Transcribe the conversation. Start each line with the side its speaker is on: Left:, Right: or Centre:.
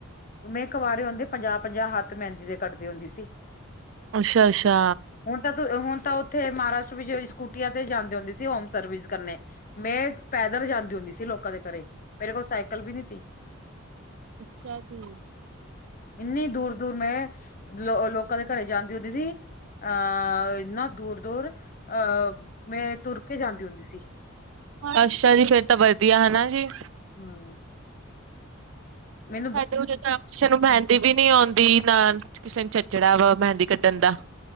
Left: ਮੈਂ ਕਵਾਰੇ ਹੁੰਦੇ ਪੰਜਾਹ ਪੰਜਾਹ ਹੱਥ ਮਹਿੰਦੀ ਦੇ ਕੱਡਦੇ ਹੁੰਦੀ ਸੀ।
Right: ਅੱਛਾ, ਅੱਛਾ।
Left: ਹੁਣ ਤਾਂ ਹੁਣ ਤਾਂ ਉੱਥੇ ਮਹਾਰਾਸ਼ਟਰ ਵਿੱਚ ਸਕੂਟੀਆਂ ਤੇ ਜਾਂਦੇ ਹੁੰਦੇ ਸੀ ਹੋਮ ਸਰਵਿਸ ਕਰਨੇ। ਮੈਂ ਪੈਦਲ ਜਾਂਦੀ ਹੁੰਦੀ ਸੀ ਲੋਕਾਂ ਦੇ ਘਰੇ ਮੇਰੇ ਕੋਲ ਸਾਈਕਲ ਵੀ ਨਹੀ ਸੀ।
Right: ਅੱਛਾ ਜੀ।
Left: ਇੰਨੀ ਦੂਰ ਦੂਰ ਮੈਂ। ਲੋ ਲੋਕਾਂ ਦੇ ਘਰੇ ਜਾਂਦੀ ਹੁੰਦੀ ਸੀ ਅਹ ਇੰਨਾ ਦੂਰ। ਦੂਰ ਅਹ ਮੈਂ ਤੁਰਕੇ ਜਾਂਦੀ ਹੁੰਦੀ ਸੀ
Right: ਅੱਛਾ ਜੀ, ਫੇਰ ਤਾਂ ਵਧੀਆ ਹਨਾ ਜੀ।
Left: ਹੂੰ, ਨ
Right: ਸਾਡੇ ਉਰੇ ਤਾਂ ਕਿਸੇ ਨੂੰ ਮਹਿੰਦੀ ਵੀ ਨੀ ਆਉਂਦੀ, ਨਾ ਕਿਸੇ ਨੂੰ ਚੱਚੜਾ ਵਾ ਮਹਿੰਦੀ ਕੱਢ ਦਿੰਦਾ